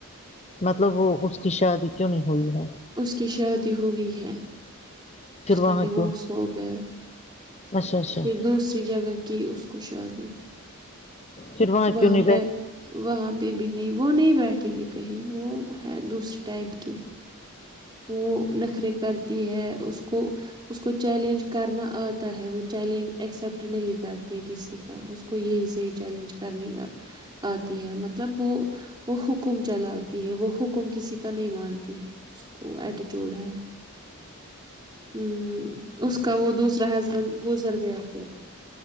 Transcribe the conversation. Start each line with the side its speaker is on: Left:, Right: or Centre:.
Left: مطلب وہ اس کی شادی کیوں نہیں ہوئی ہے
Right: اس کی شادی ہوئی ہے
Left: پھر
Right: اس کا
Left: وہاں
Right: ڈیورس
Left: کیوں
Right: ہو گیا
Left: اچھا اچھا
Right: پھر دوسری جگہ کی اس کو شادی
Left: پھر
Right: وہاں
Left: کیوں نہیں بیٹھ
Right: پے وہاں پے بھی نہیں وہ نہیں بیٹھے گی کہیں وہ ہے دوسرے ٹائپ کی وہ نخرے کرتی ہے اس کو اس کو چیلنج کرنا آتا ہے وہ چیلنج ایکسپٹ نہیں کرتی کسی کا کو یہی صحیح چیلنج کرنی آتی ہے مطلب وہ وہ حکم چلاتی ہے وہ حکم کسی کا نہیں مانتی ہے اس کو ایٹیٹیوڈ ہے ہمم اس کا وہ دوسرا ہسبینڈ گزر گیا پھر